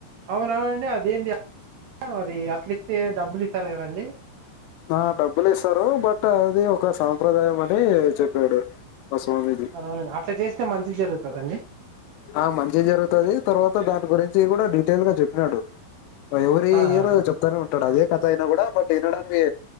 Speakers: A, on the right; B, on the left.
A: అవునవుండి అది ఏంది అది అట్లా ఇస్తే డబ్బులు ఇస్తారు కదండి.
B: ఆ డబ్బులు ఇస్తారు బట్ అది ఒక సాంప్రదాయం అని చెప్పాడు మా స్వామీజీ.
A: అవునవునండి అట్లా చేస్తే మంచిది జరుగుతదండీ
B: ఆ మంచి జరుగుతది తర్వాత దాని గురించి కూడా టేల్ గా చెప్పినాడు ఎవరీ
A: ఆ
B: ఇయర్
A: ఆ.
B: చెప్తానే ఉంటాడు అదే కథ అయినా కూడా బట్ వినడాని వే